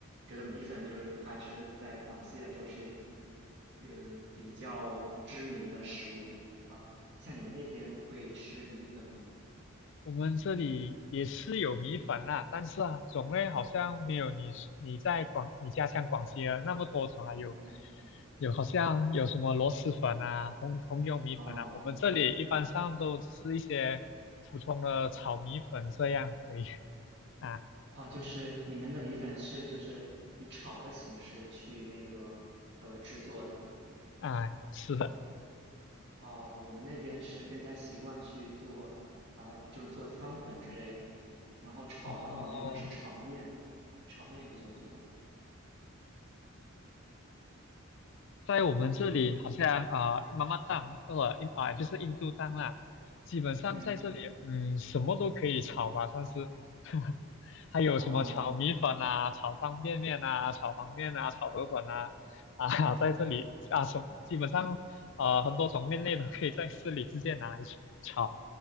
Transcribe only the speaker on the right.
觉得米粉就是它是在广西来说是嗯比较知名的食物。像你们那边会吃米粉吗？
嗯，
哦
哦，就是你们的米粉是就是以炒的形式去那个呃制作的。
哦，我们那边是更加习惯去做，把它就是做汤粉之类的。然后炒的话，
我们一般是炒面，炒面比较多。
呃，
嗯，
啊、